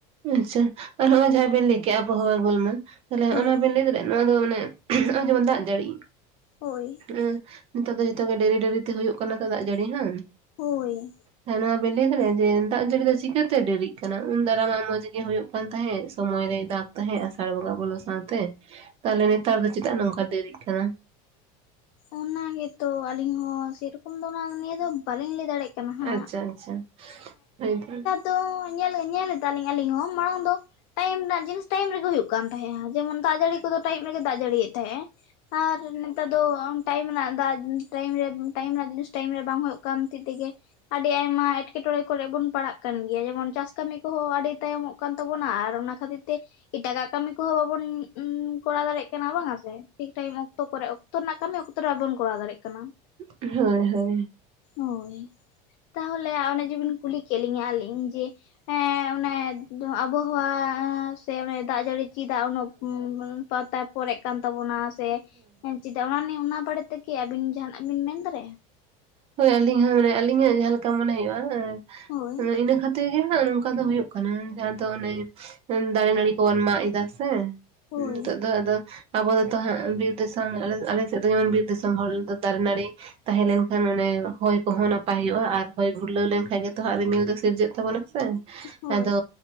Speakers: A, on the right (about 35°); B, on the left (about 50°).
A: ᱟᱪᱪᱷᱟ ᱟᱨ ᱱᱚᱜ-ᱚᱭ ᱡᱟᱦᱟᱸ ᱵᱤᱱ ᱞᱟᱹᱭ ᱠᱮᱜ ᱵᱚᱦᱟᱣᱟ ᱜᱩᱞᱢᱟᱞ ᱛᱟᱦᱞᱮ
B: ᱦᱳᱭ
A: ᱚᱱᱟ ᱵᱤᱱ ᱞᱟᱹᱭ ᱫᱟ ᱱᱚᱣᱟ ᱫᱚ ᱢᱟᱱᱮ ᱱᱚᱜᱼᱚᱭ ᱡᱮᱢᱚᱱ ᱫᱟᱜ ᱡᱟᱹᱲᱤ
B: ᱦᱚᱭ᱾
A: ᱮᱸ ᱱᱮᱛᱟᱨ ᱫᱚ ᱡᱚᱛᱚ ᱜᱮ ᱰᱮᱨᱤ ᱰᱮᱨᱤ ᱛᱮ ᱦᱩᱭᱩᱜ ᱠᱟᱱᱟ ᱛᱚ ᱫᱟᱜ ᱡᱟᱹᱲᱤ ᱦᱚ᱾
B: ᱦᱚᱭ᱾
A: ᱦᱮᱸ ᱱᱚᱣᱟ ᱵᱤᱱ ᱞᱟᱹᱭ ᱫᱟᱲᱮᱭᱟᱜᱼᱟ ᱡᱮ ᱫᱟᱜ ᱡᱟᱹᱲᱤ ᱫᱚ ᱪᱤᱠᱟᱹ ᱛᱮ ᱰᱮᱨᱤᱜ ᱠᱟᱱᱟ? ᱩᱱ ᱫᱟᱨᱟᱢᱟ ᱢᱚᱸᱡᱽ ᱜᱮ ᱦᱳᱭᱳᱜ ᱠᱟᱱ ᱛᱟᱦᱮᱸᱫ ᱥᱚᱢᱚᱭ ᱨᱮᱭ ᱫᱟᱜᱽ ᱛᱟᱦᱮᱸᱫ ᱟᱥᱟᱲ ᱵᱚᱸᱜᱟ ᱵᱚᱞᱚ ᱥᱟᱶᱛᱮ ᱛᱟᱦᱚᱞᱮ ᱱᱮᱛᱟᱨ ᱫᱚ ᱪᱮᱫᱟᱜ ᱱᱚᱝᱠᱟ ᱫᱮᱨᱤᱜ ᱠᱟᱱᱟ?
B: ᱚᱱᱟ ᱜᱮᱛᱚ ᱟᱹᱞᱤᱧ ᱦᱚᱸ ᱥᱮᱨᱚᱠᱚᱢ ᱫᱚ ᱚᱱᱟ ᱱᱤᱭᱮᱹ ᱫᱚ ᱵᱟᱞᱤᱧ ᱞᱟᱹᱭ ᱫᱟᱲᱮᱭᱟᱜ ᱠᱟᱱᱟ ᱦᱟᱸᱜ
A: ᱟᱪᱪᱷᱟ ᱟᱪᱪᱷᱟ ᱦᱳᱭᱛᱚ
B: ᱛᱚ ᱧᱮᱞᱮ ᱧᱮᱞ ᱫᱟᱞᱤᱧ ᱟᱹᱞᱤᱧ ᱦᱚᱸ ᱢᱟᱲᱟᱝ ᱫᱚ ᱴᱟᱭᱤᱢ ᱨᱮᱱᱟᱜ ᱡᱤᱱᱤᱥ ᱴᱟᱭᱤᱢ ᱨᱮ ᱜᱮ ᱦᱩᱭᱩᱜ ᱠᱟᱱ ᱛᱟᱦᱮᱸᱜ-ᱟ ᱡᱮᱢᱚᱱ ᱫᱟᱜ ᱡᱟᱹᱲᱤ ᱠᱚᱫᱚ ᱴᱟᱭᱤᱯ ᱨᱮᱜᱮ ᱫᱟᱜ ᱡᱟᱹᱲᱤᱭᱮᱫ ᱛᱟᱦᱮᱸᱜ ᱮ ᱟᱨ ᱱᱮᱛᱟᱨ ᱫᱚ ᱴᱟᱭᱤᱢ ᱨᱮᱱᱟᱜ ᱫᱟᱜ ᱴᱟᱭᱤᱢ ᱨᱮ ᱴᱟᱭᱤᱢ ᱨᱮᱱᱟᱜ ᱡᱤᱱᱤᱥ ᱴᱟᱭᱤᱢ ᱨᱮ ᱵᱟᱝ ᱦᱩᱭᱩᱜ ᱠᱟᱱ ᱠᱷᱟᱹᱛᱤᱨ ᱛᱮᱜᱮ ᱟᱹᱰᱤ ᱟᱭᱢᱟ ᱮᱴᱠᱮᱴᱚᱲᱮ ᱠᱚᱨᱮᱜ ᱵᱚᱱ ᱯᱟᱲᱟᱜ ᱠᱟᱱ ᱜᱮᱭᱟ ᱡᱮᱢᱚᱱ ᱪᱟᱥ ᱠᱟᱹᱢᱤ ᱠᱚᱦᱚᱸ ᱟᱹᱰᱤ ᱛᱟᱭᱚᱢᱚᱜ ᱠᱟᱱ ᱛᱟᱵᱚᱱᱟ ᱟᱨ ᱚᱱᱟ ᱠᱷᱟᱹᱛᱤᱨ ᱛᱮ ᱮᱴᱟᱜᱟᱜ ᱠᱟᱹᱢᱤ ᱠᱚᱦᱚᱸ ᱵᱟᱵᱚᱱ ᱩᱸᱻ ᱠᱚᱨᱟᱣ ᱫᱟᱲᱮᱭᱟᱜ ᱠᱟᱱᱟ ᱵᱟᱝᱟ ᱥᱮ ᱴᱷᱤᱠ ᱴᱟᱭᱤᱢ ᱚᱠᱛᱚ ᱠᱚᱨᱮ ᱚᱠᱛᱚ ᱨᱮᱱᱟᱜ ᱠᱟᱹᱢᱤ ᱚᱠᱛᱚ ᱠᱚᱨᱮ ᱵᱟᱵᱚᱱ ᱠᱚᱨᱟᱣ ᱫᱟᱲᱮᱭᱟᱜ ᱠᱟᱱᱟ
A: ᱦᱳᱭ ᱦᱳᱭ
B: ᱦᱳᱭ ᱛᱟᱦᱚᱞᱮ ᱚᱱᱮ ᱡᱮ ᱵᱤᱱ ᱠᱩᱞᱤ ᱠᱮᱫ ᱞᱤᱧᱟ ᱟᱞᱤᱧ ᱡᱮ ᱮᱸᱻ ᱚᱱᱮ ᱟᱵᱚᱦᱟᱣᱟ ᱥᱮ ᱚᱱᱮ ᱫᱟᱜ ᱡᱟᱹᱲᱤ ᱪᱮᱫᱟᱜ ᱩᱱᱟᱹᱜ ᱩᱸᱻ ᱯᱟᱛᱟ ᱯᱚᱨᱮᱜ ᱠᱟᱱ ᱛᱟᱵᱚᱱᱟ ᱥᱮ ᱪᱮᱫᱟᱜ ᱚᱱᱟ ᱱᱤᱭᱮ ᱚᱱᱟ ᱵᱟᱨᱮᱛᱮ ᱠᱤ ᱟᱵᱤᱱ ᱡᱟᱦᱟᱱᱟᱜ ᱵᱤᱱ ᱢᱮᱱ ᱫᱟᱲᱮᱭᱟᱜᱼᱟ
A: ᱦᱳᱭ ᱟᱹᱞᱤᱧ ᱦᱚᱸ ᱢᱟᱱᱮ ᱟᱹᱞᱤᱧᱟᱜ ᱡᱟᱦᱟᱸ ᱞᱮᱠᱟ ᱢᱚᱱᱮ ᱦᱳᱭᱳᱜᱼᱟ
B: ᱦᱳᱭ
A: ᱤᱱᱟᱹ ᱠᱷᱟᱹᱛᱤᱨ ᱛᱮᱜᱮ ᱦᱟᱸᱜ ᱱᱚᱝᱠᱟ ᱫᱚ ᱦᱳᱭᱳᱜ ᱠᱟᱱᱟ ᱡᱟᱦᱟᱸ ᱫᱚ ᱚᱱᱮ ᱫᱟᱨᱮ ᱱᱟᱹᱲᱤ ᱠᱚᱵᱚᱱ ᱢᱟᱜ ᱮᱫᱟ ᱥᱮ
B: ᱦᱳᱭ
A: ᱱᱤᱛᱚᱜ ᱫᱚ ᱟᱫᱚ ᱟᱵᱚ ᱫᱚ ᱛᱚ ᱦᱟᱸᱜ ᱵᱤᱨ ᱫᱤᱥᱚᱢ ᱟᱞᱮ ᱥᱮᱫ ᱫᱚ ᱡᱮᱢᱚᱱ ᱵᱤᱨ- ᱫᱤᱥᱚᱢ ᱦᱚᱲ ᱫᱟᱨᱮ ᱱᱟᱹᱲᱤ ᱛᱟᱦᱮᱸ ᱞᱮᱱᱠᱷᱟᱱ ᱚᱱᱮ ᱦᱚᱭ ᱠᱚᱦᱚᱸ ᱱᱟᱯᱟᱭ ᱦᱳᱭᱳᱜᱼᱟ ᱟᱨ ᱦᱚᱭ ᱜᱷᱩᱨᱞᱟᱹᱣ ᱞᱮᱱᱠᱷᱟᱡ ᱜᱮᱛᱚ ᱦᱟᱸᱜ ᱨᱤᱢᱤᱞ ᱫᱚ ᱥᱤᱨᱡᱟᱹᱜ ᱛᱟᱵᱚᱱᱟ ᱥᱮ
B: ᱦᱳᱭ
A: ᱟᱫᱚ